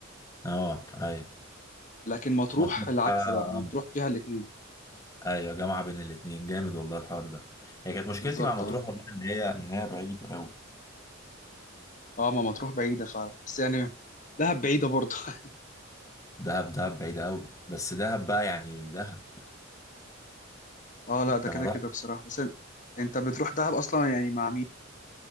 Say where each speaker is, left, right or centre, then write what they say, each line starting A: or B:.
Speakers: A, on the left (about 15°); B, on the left (about 40°).
A: اه ايوه
B: لكن مطروح
A: مطروح
B: العكس
A: آه.
B: بقى مطروح فيها الاتنين
A: ايوه جامعه بين الاتنين جامد والله الحوار ده هي كانت مشكلتي
B: بالظبط
A: مع مطروح
B: اه
A: والله ان هي ان هي بعيده قوي
B: اه ما مطروح بعيده فعلا بس يعني دهب بعيده برضه <laughs>
A: دهب دهب بعيده قوي بس دهب بقى يعني دهب
B: اه لا
A: انت
B: ده كده
A: ما رحت
B: كده بصراحة بس ان- انت بتروح دهب اصلا يعني مع مين